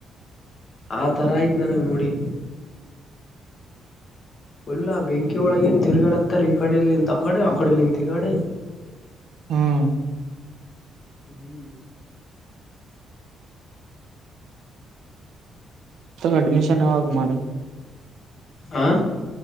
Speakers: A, on the left; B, on the right.
A: ಆ ತರ ಆಯ್ತ್ ನನಗೆ ನೋಡಿ. ಪುಲ್ಲಾ ಬೆಂಕಿ ಒಳಗಿಂದ ತಿರ್ಗಡೆ ಹತ್ತಾರ ಈ ಕಡೆಲಿಂತ ಆ ಕಡೆ ಆ ಕಡೆಲಿಂತ ಈ ಕಡೆ.
B: ಹ್ಮ್.
A: ಹ್ಮ್.
B: ಅಡ್ಮಿಷನ್ ಯಾವಾಗ ಮಾಡ.
A: ಆ.